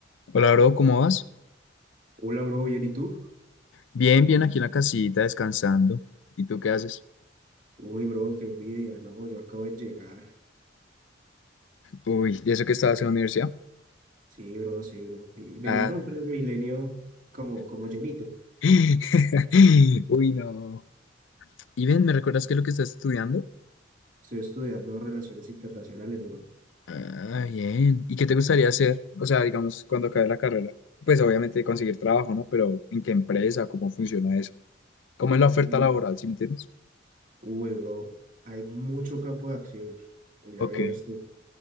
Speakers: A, on the left; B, on the right.
A: Hola, bro, ¿cómo vas?
B: Hola, bro, ¿bien y tú?
A: Bien, bien, aquí en la casita descansando. ¿Y tú qué haces?
B: Uy, bro, qué envidia, no, yo acabo de llegar.
A: Uy, ¿y eso que estabas en la universidad?
B: Sí, bro, sí, bro. Y venía
A: Ah.
B: en un Transmilenio como, como llenito.
A: <laughs> Uy, no. Y ven, ¿me recuerdas qué es lo que estás estudiando?
B: Estoy estudiando relaciones internacionales, bro.
A: Ah, bien. ¿Y qué te gustaría hacer? O sea, digamos, cuando acabe la carrera. Pues obviamente conseguir trabajo, ¿no? Pero ¿en qué empresa? ¿Cómo funciona eso? ¿Cómo es la oferta
B: Mm.
A: laboral, si me entiendes?
B: Uy, bro, hay mucho campo de acción, ya
A: Ok.
B: vieras tú.